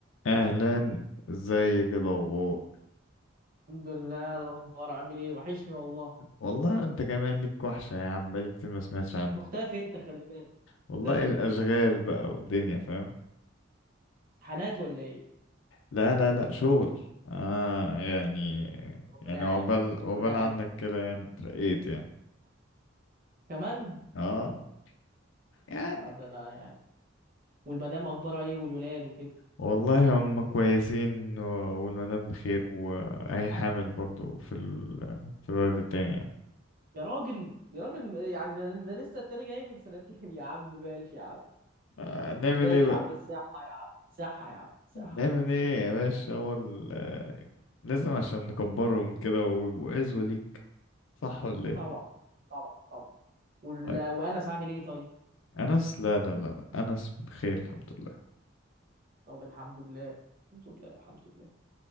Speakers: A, on the left; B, on the right.
A: اهلا ازيك إيه الاخبار
B: الحمد لله الاخبار عامل ايه وحشني والله
A: والله انت كمان ليك وحشه يا عم بقالي كتير ما سمعتش عنك
B: مختفي انت خلي بالك
A: والله
B: مختفي
A: الاشغال
B: انت
A: بقى والدنيا فاهم
B: امتحانات ولا ايه
A: لا لا لا شغل اه يعني
B: ربنا
A: يعني
B: يعينك
A: عقبال عقبال
B: ربنا يعينك
A: عنك كده يعني اترقيت يعني
B: كمان
A: اه يعني
B: آه ده انا يعني والمدام اخبارها ايه والولاد وكده
A: والله هم كويسين و- والمدام بخير وهي حامل برضو في ال... في الولد التاني يعني
B: يا راجل يا راجل يعني ده, ده لسه التاني جاي من سنتين <laughs> يا عم ماشي يا عم
A: آه نعمل
B: ماشي
A: ايه
B: يا عم الصحة يا عم صحة يا عم صحة
A: نعمل ايه يا باشا هو ال- لازم عشان نكبرهم كده ويبقوا عزوة ليك صح ولا ايه
B: طبعا طبعا طبعا وال...
A: طيب
B: وانس عامل ايه طيب
A: انس لا لا لا لا. انس بخير الحمد لله
B: طب الحمد لله الحمد لله الحمد لله